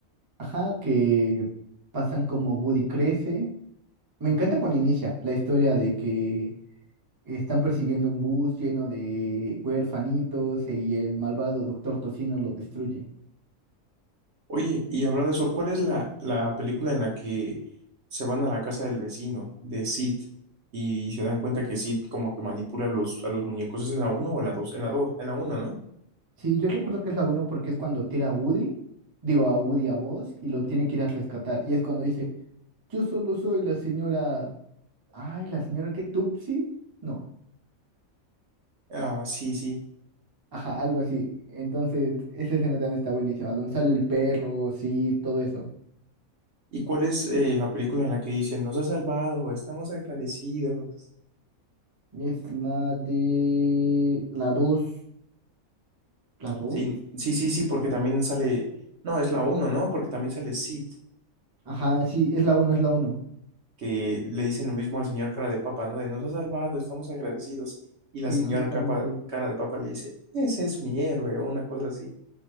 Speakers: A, on the right (about 20°); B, on the right (about 55°).
A: Ajá, que pasan como Woody crece. Me encanta cuando inicia la historia de que están persiguiendo un bus lleno de huérfanitos y el malvado Doctor Tocino lo destruye.
B: Oye, y hablando de eso, ¿cuál es la, la película en la que se van a la casa del vecino, de Sid, y se dan cuenta que Sid como que manipula a los, a los muñecos? ¿Es en la uno o en la dos En la dos en la uno ¿no?
A: Sí, yo recuerdo que es la uno porque es cuando tira a Woody, digo a Woody a Buzz y lo tiene que ir a rescatar. Y es cuando dice, yo solo soy la señora, ay, la señora que Tupsi, no,
B: Ah, sí, sí.
A: ajá, algo así. Entonces, esa escena también está buenísima, donde sale el perro, sí, todo eso.
B: ¿Y cuál es eh, la película en la que dicen, nos ha salvado, estamos agradecidos?
A: Es la de la 2, la 2.
B: Sí, sí, sí, sí, porque también sale, no, es la uno ¿no? Porque también sale Sid.
A: Ajá, sí, es la uno, es la uno.
B: que le dicen lo mismo al señor cara de papa, ¿no? De nos ha salvado, estamos agradecidos. Y la
A: Sí,
B: señora
A: justamente.
B: capa- cara de papa le dice, ese es mi héroe, o una cosa así.